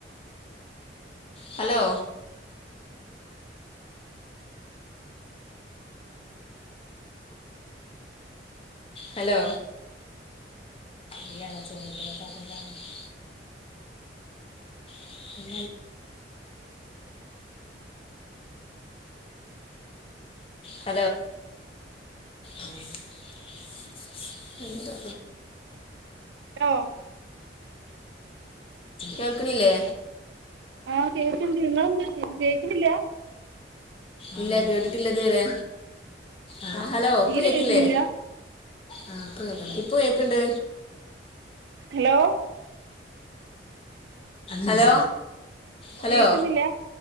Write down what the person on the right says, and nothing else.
hello
ആഹ് കേക്ണ്ട് ങ്ങളെന്ത കേക്ണില്ലാ?
തീരെ
കേൾക്ക്ണില്ല
ഹലോ
കേൾക്കുന്നില്ല